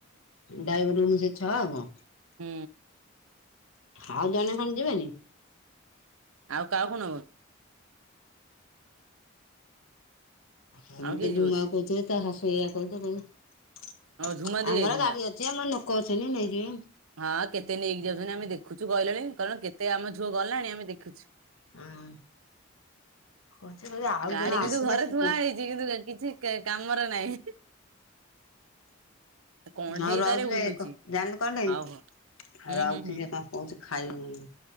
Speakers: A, on the left; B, on the right.
A: ଡାଇଭର ମିଶିକି ଛଅ ଆଉ କଣ?
B: ହୁଁ।
A: ଆଉ ଜଣେ ଖଣ୍ଡ ଯିବେନି?
B: ଆଉ କହାକୁ ନ ବ?
A: ଆମ
B: ଆଉ କିଏ
A: ତ ଝୁମା
B: ଯିବ କି?
A: କହୁଥିଲେ ତା ହାସଇଆ କହୁଛ କ।
B: ହଁ ଝୁମା ଦେଇ
A: ଆମର
B: ଯାଇଥାନ୍ତା।
A: ଗାଡି ଅଛି ଆମର ଲୋକ ଅଛନ୍ତି ନେଇଯିବେ।
B: ହଁ କେତେ ନେଇକି ଯାଉଛନ୍ତି ଆମେ ଦେଖୁଛୁ, କହିଲେଣି କହିଲ କେତେ ଆମ ଝୁଅ ଗଲାଣି ଆମେ ଦେଖୁଛୁ।
A: ହଁ। କହୁଛି କହୁଛି ଆଉ
B: ଗାଡି
A: ଜଣେ ଆସିବେ
B: କିନ୍ତୁ ଘରେ
A: ସେ
B: ଥୁଆ ହେଇଛି, କିନ୍ତୁ କିଛି କାମରେ ନାହିଁ। <inaudible> କଣ୍ଢେଇ
A: ଆଉ ରହୁଛି
B: ତାରେ ବୁଲୁଛି
A: ବ <unintelligible> ଜାଣିଲି କହିଲ
B: ହଉ
A: <unintelligible>
B: ହଉ
A: ଆଉ
B: ହୁଁ
A: ରହୁଛି
B: ହୁଁ ହୁଁ
A: ସେ କଣ କହୁଛି। ଖାଇ <unintelligible>